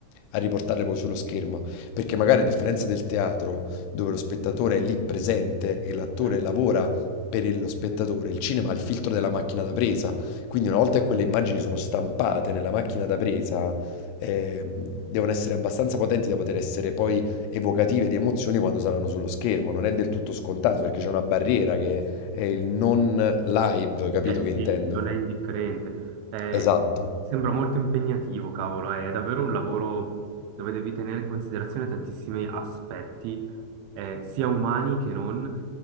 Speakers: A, on the left; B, on the right.
A: a riportarle poi sullo schermo. Perché magari a differenza del teatro, dove lo spettatore è lì presente e l'attore
B: Mm.
A: lavora per il- lo spettatore, il cinema ha il filtro della macchina da presa quindi una volta che quelle immagini sono stampate nella macchina da presa, ehm, devono essere abbastanza potenti da poter essere poi evocative di emozioni quando saranno sullo schermo. Non è del tutto scontato perché c'è una barriera che è il non live, capito
B: Eh sì,
A: che intendo?
B: non è indifferente. Eh,
A: Esatto,
B: sembra molto impegnativo, cavolo, è davvero un lavoro dove devi tenere in considerazione tantissimi aspetti, eh, sia umani che non,